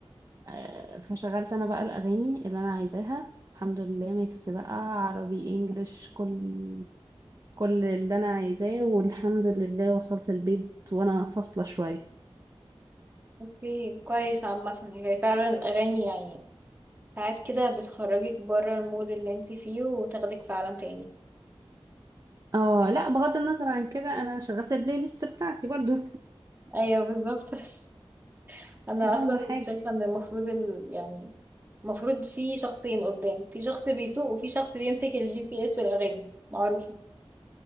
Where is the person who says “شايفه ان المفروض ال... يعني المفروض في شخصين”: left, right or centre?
Right